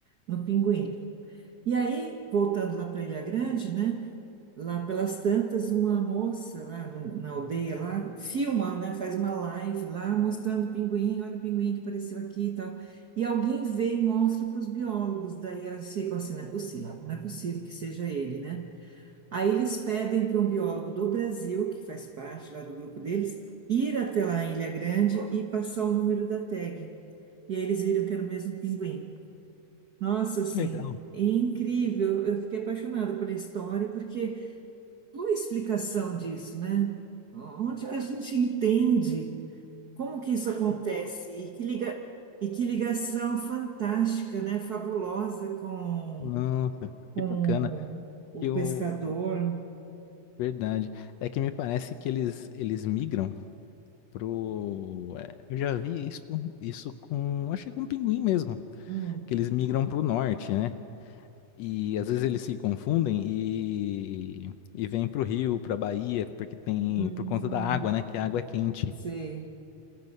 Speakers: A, on the right (about 75°); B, on the left (about 75°).
A: no pinguim. E aí, voltando lá para Ilha Grande, né? Lá pelas tantas, uma moça lá no- na aldeia lá filma, né? Faz uma live lá mostrando o pinguim, olha o pinguim que apareceu aqui e tal. E alguém vê e mostra para os biólogos, daí elas ficam assim, não é possível, não é possível que seja ele, né? Aí eles pedem para um biólogo do Brasil, que faz parte lá do grupo deles, ir até lá em Ilha Grande e passar o número da tag. E aí eles viram que era o mesmo pinguim. Nossa, assim,
B: que legal.
A: incrível. Eu fiquei apaixonada pela história, porque uma explicação disso, né? Onde que a gente entende como que isso acontece e que liga, e que ligação fantástica, né? Fabulosa com,
B: Nossa,
A: com
B: que bacana.
A: o
B: Que
A: pescador.
B: o verdade é que me parece que eles eles migram pro. é, eu já vi isso isso com acho que com pinguim mesmo.
A: Hum,
B: Que eles migram pro norte, né? E às vezes eles se confundem e e vêm pro Rio, pra Bahia, porque tem
A: hum,
B: por conta da água, né? Que a água é quente.
A: sei,